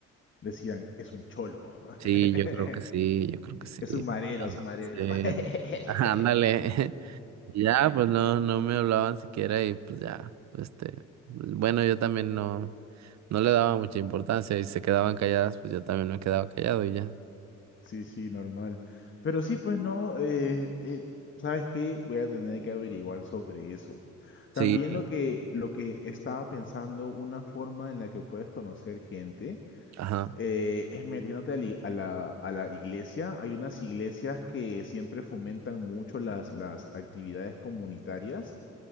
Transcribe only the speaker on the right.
Sí, yo creo que sí, yo creo que sí.
Ah,
sí. <laughs>
Ándale, <laughs> Y ya, pues no, no me hablaban siquiera y pues ya, este, pues, bueno, yo también no, no le daba mucha importancia y se quedaban calladas, pues yo también me quedaba callado y ya.
Sí.
Ajá.